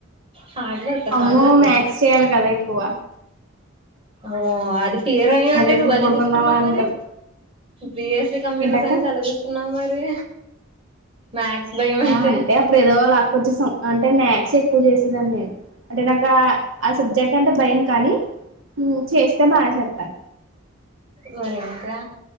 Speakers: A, on the right; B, on the right.
A: హార్డ్ వర్క్
B: అమ్మో
A: హార్డ్ వర్క్
B: మ్యాథ్స్ చెయాలి కదా కోవ
A: ఓ ఆది హీరో అయ్యి ఉండి
B: ఎప్పుడు
A: నువ్వు ఎలా
B: పడుకుందామా
A: తీసుకున్నావు
B: అంటది
A: మరి. బిఎస్సి కంప్యూటర్
B: ఏంటక్క
A: సైన్స్ ఎలా తీసుకున్నావు మరి. మ్యాథ్స్ భయం
B: ఆ
A: అయితే
B: అంటే అప్పుడు ఏదోలా కొచ్చం అంటే మ్యాథ్స్ ఎక్కువ చేసేదాన్ని నేన్ అంటే నాకు ఆ సబ్జెక్ట్ అంటే భయం కానీ ఉమ్ చేస్తే మాట చెప్తా
A: సరే ఇంకా